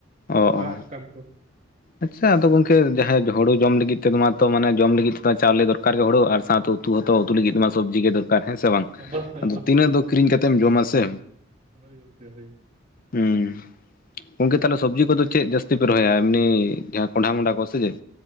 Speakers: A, on the left; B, on the right.
A: ᱚ
B: ᱟᱲᱟᱜ
A: ᱚ
B: ᱥᱟᱠᱟᱢ ᱠᱚ
A: ᱟᱪᱪᱷᱟ ᱟᱫᱚ ᱜᱚᱝᱠᱮ ᱡᱟᱦᱟᱭ ᱦᱳᱲᱳ ᱡᱚᱢ ᱞᱟᱹᱜᱤᱫ ᱛᱮᱫᱚ ᱢᱟᱛᱚ ᱢᱟᱱᱮ ᱡᱚᱢ ᱞᱟᱹᱜᱤᱫ ᱛᱮᱫᱚ ᱪᱟᱣᱞᱮ ᱫᱚᱨᱠᱟᱨ ᱜᱮ ᱦᱳᱲᱳ ᱟᱨ ᱥᱟᱶᱛᱮ ᱩᱛ ᱛᱩ ᱟᱛᱚ ᱩᱛᱩ ᱞᱟᱹᱜᱤᱜ ᱢᱟ ᱥᱚᱵᱡᱤ ᱜᱮ ᱫᱚᱠᱟᱨ ᱦᱮᱸ ᱥᱮ ᱵᱟᱝ?
B: ᱚᱵᱚᱥᱥᱳᱭ
A: ᱟᱫᱚ
B: ᱚᱵᱚᱥᱥᱳᱭ
A: ᱛᱤᱱᱟᱹᱜ
B: ᱜᱚᱝᱠᱮ
A: ᱫᱚ ᱠᱤᱨᱤᱧ ᱠᱟᱛᱮᱢ ᱡᱚᱢᱟ ᱥᱮ
B: ᱦᱳᱭ ᱜᱚᱝᱠᱮ ᱦᱳᱭ ᱦᱮᱸ
A: ᱦᱩᱸ ᱜᱚᱝᱠᱮ ᱛᱟᱦᱚᱞᱮ ᱥᱚᱵᱽᱡᱤ ᱠᱚᱫᱚ ᱪᱮᱜ ᱡᱟᱹᱥᱛᱤ ᱯᱮ ᱨᱚᱦᱚᱭᱟ ᱮᱢᱱᱤ ᱡᱟᱸᱦᱟ ᱠᱚᱸᱰᱷᱟ ᱢᱚᱰᱟ ᱠᱚ ᱥᱮ ᱪᱮᱜ?